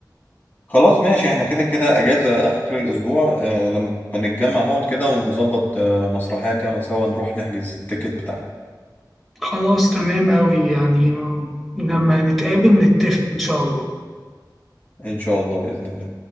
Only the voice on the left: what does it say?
خلاص ماشي احنا كده كده اجازة اخر الاسبوع آه لما نتجمع نقعد كده ونظبط آه مسرحية كده سوا نروح نحجز التيكت بتاعها
ان شاء الله بإذن الله